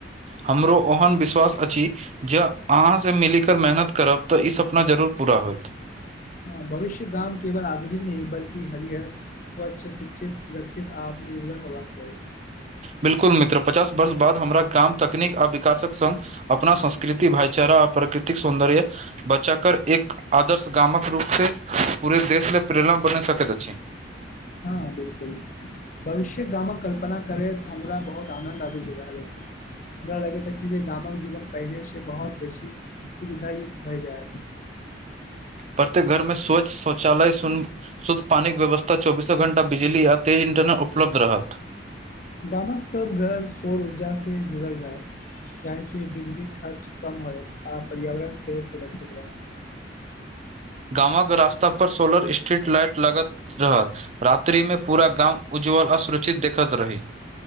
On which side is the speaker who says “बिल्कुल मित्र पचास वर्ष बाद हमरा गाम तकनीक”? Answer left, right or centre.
Right